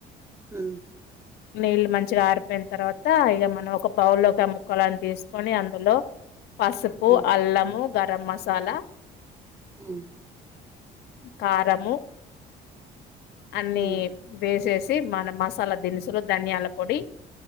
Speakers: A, on the right; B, on the left.
A: మ్
B: నీళ్ళు మంచిగా ఆరిపోయిన తర్వాత ఇక మనం ఒక బౌల్లోకి ముక్కలని తీసుకొని అందులో పసుపు
A: ఉమ్
B: అల్లము గరం మసాలా
A: ఆ
B: కారము అన్ని
A: ఉమ్
B: వేసేసి మనం మసాలా దిన్సులు ధనియాల పొడి.